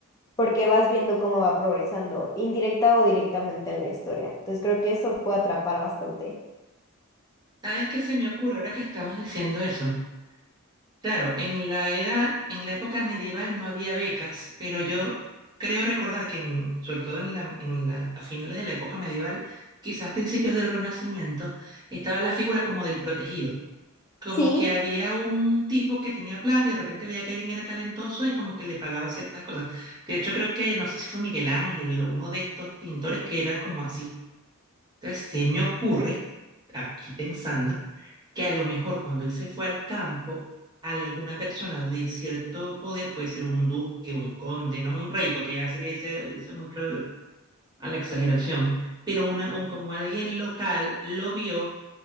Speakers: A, on the left; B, on the right.
A: porque vas viendo cómo va progresando, indirecta o directamente en la historia. Entonces creo que eso puede atrapar bastante.
B: ¿Sabes qué se me ocurre ahora que estamos diciendo eso? Claro, en la era, en la época medieval no había becas, pero yo creo recordar que en- sobre todo en la, en la, a finales de la época medieval, quizás principios del Renacimiento, estaba la figura como del protegido, como
A: Sí,
B: que había un tipo que tenía plata y de repente veía que alguien era talentoso y como que le pagaba ciertas cosas. Que de hecho creo que, no sé si fue Miguel Ángel o uno de estos pintores que era como así. Entonces, se me ocurre, aquí pensando, que a lo mejor cuando él se fue al campo, alguna persona de cierto poder, puede ser un duque, un conde, no un rey, porque ya sería, dice, dice mucho a la exageración, pero una, un, como alguien local lo vio